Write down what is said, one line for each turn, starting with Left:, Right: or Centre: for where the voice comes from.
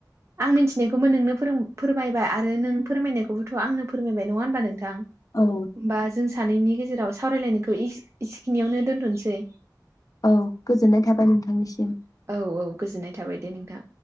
Right: आं मिथिनायखौबो नोंनो फोरों फोरमायबाय आरो नों फोरमायनायखौबोथ' आंनो फोरमाय नङा होनबा नोंथ थां होमबा
Left: औ
Right: जों सा सानैनि गेजेराव सावरायलायनायखौ इस-इसखिनियावनो दोनथ'सै।
Left: औ गोजोननाय थाबाय नोंथांनिसिम।
Right: औ औ गोजोननाय थाबाय दे नोंथां।